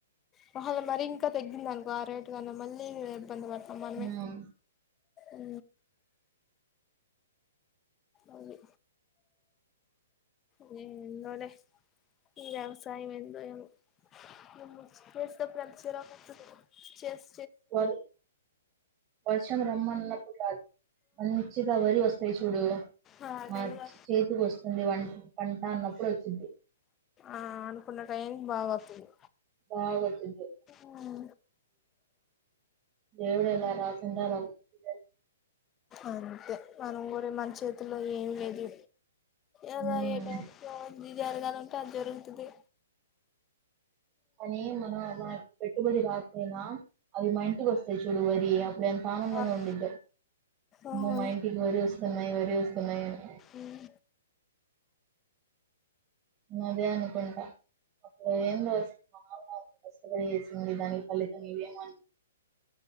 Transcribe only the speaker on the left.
వహ అది మరి ఇంకా తగ్గిందనుకో ఆ రేటుగన్నా మళ్ళీ ఇబ్బంది పడతాం మనమే
ఊ అది నేన్ నిన్నోలే ఈ వ్యవసాయంం ఎందో ఏమో <unintelligible> చేస్
ఆ
టైం లో
ఆ అనుకున్న టైన్ కి బా వస్తుంది
ఉహు
అంతే మనం కూడా మన చేతుల్లో ఏమి లెదు ఏదో
ఏ టైమ్ కి అది జరగాలంటే అది జరుగుతుంది.
ఆ
ఆహా
ఉహు